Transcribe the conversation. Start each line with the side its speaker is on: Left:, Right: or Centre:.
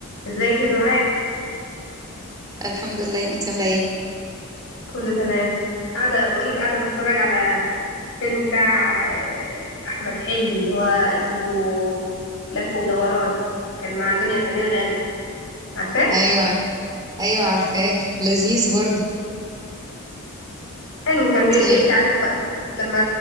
Left: ازيك يا دعاء
Right: الحمد لله انت عامله ايه
Left: كله تمام قاعدة بقولك قاعدة بتفرج على فيلم بتاع آه، أحمد حلمي اللي هو اسمه لف ودوران كان مع دنيا سمير غانم عارفاه
Right: ايوه عار- ايوه عارفاه لذيذ برضو
Left: حلو كان
Right: انتي
Left: بي- بيحكي عنه بقى لما